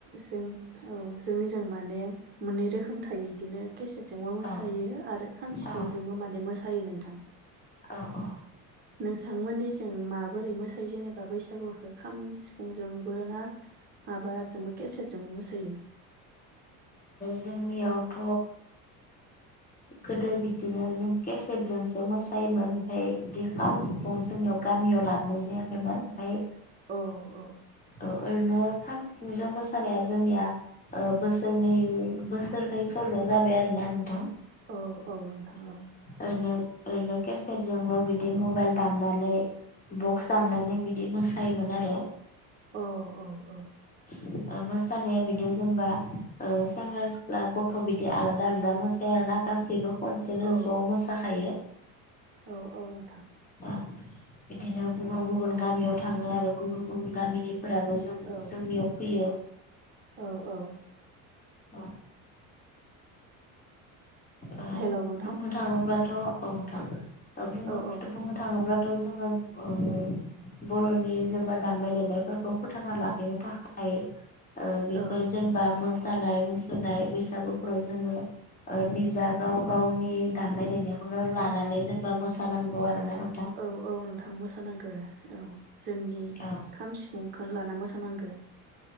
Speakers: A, on the right (about 25°); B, on the left (about 20°).
A: जों औ जोंनिजों माने मोननै रोखोम थायो बिदिनो। गेसेटजोंबो मोसायो
B: औ
A: आरो खाम सिफुंजोंबो
B: औ
A: माने मोसायो नोंथां।
B: औ औ
A: नोंथांमोननि जों माबोरै मोसायो जेनेबा बैसागुखौ खाम सिफुंजोंबो ना माबाजोंबो केसेटजोंबो मोसायो।
B: जोंनियावथ' गोदो बिदिनो जों केसेटजोंसो मोसायोमोन ओमफफ्राय बिदि खाम सिफुं जोंनियाव। गामियाव लाबोन जायाखैमोन ओमफफ्राय।
A: औ औ
B: ओरैनो खाम सिफुंजों मोसानाया जोंनिया बोसोर नै बोसोरनैफोरल' जाबाय आरोना नोंथां।
A: औ औ नोंथां।
B: ओरै ओरैनो केसेटजोंल' बिदि मबाइल दामनानै बक्स दामनानै बिदि मोसायोमोन आरो।
A: औ औ औ।
B: लांदां ओ मोसानाया बिदि जेनेबा ओ सेंग्रा सिख्ला गथ' बिदि आलादा आलादा मोसाया आर ना गासैबो बिदिनो
A: औ
B: ज' मोसाहायो
A: औ औ नोंथां
B: ओ बिदिनो गुबुन
A: औ
B: गुबुन गामियाव थाङो आरो गुबुन गुबुन गामिनिफोराबो जों
A: औ
B: जोंनियाव फैयो
A: औ औ
B: अ ओ
A: हेलौ नोंथां
B: बुंनो थाङोब्लाथ' औ नोंथां ओ बुंनो
A: औ औ
B: बुंनो थाङोब्लाथ' जोङो ओ बर'नि जेबा दामनाय देनायफोरखौ फोथांना लाखिनो थाखाय बेफोर
A: औ
B: जेनेबा मोसानाय मुसुरनाय बैसागुफ्राव जोङो ओ निजा गाव गावनि दामनाय देनायखौनो लानानै जेनेबा मोसानांगौ आरोना नोंथां
A: औ औ नोंथां मोसानांगौ औ जोंनि
B: औ
A: खाम सिफुं लाना मोसानांगौ